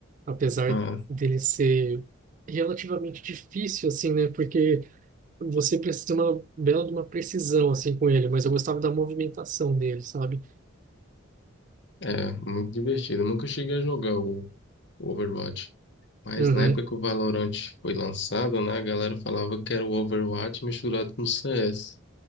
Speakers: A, on the right; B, on the left.
A: apesar
B: Ah,
A: dele ser relativamente difícil, assim, né? Porque você precisa de uma bela de uma precisão assim com ele, mas eu gostava da movimentação dele, sabe?
B: é, muito divertido. Eu nunca cheguei a jogar o, o Overwatch. Mas
A: Uhum.
B: na época que o Valorant foi lançado, né, a galera falava que era o Overwatch misturado com o CS.